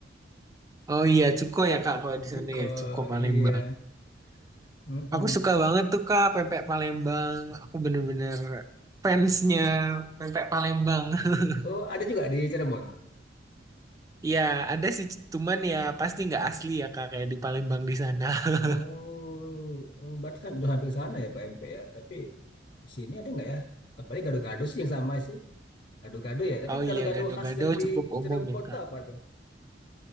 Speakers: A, on the right; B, on the left.
A: Oh iya, cuko ya Kak kalau di
B: cuko
A: sana ya, cuko Palembang.
B: iya Mm-mm.
A: Aku suka banget tuh Kak pempek Palembang. Aku bener-bener fansnya pempek Palembang. <laughs>
B: oh ada juga di Cirebon
A: Iya, ada sih cuman ya pasti nggak asli ya Kak kayak di Palembang di sana. <laughs>
B: oh, oh berarti sam- udah hampir ke sana ya pak pempek ya tapi di sini ada nggak ya paling gado-gado sih yang sama sih gado-gado ya tapi
A: Oh
B: gado-gado
A: iya, gado-gado
B: khas yang di
A: cukup umum
B: Cirebon
A: ya Kak.
B: tuh apa tuh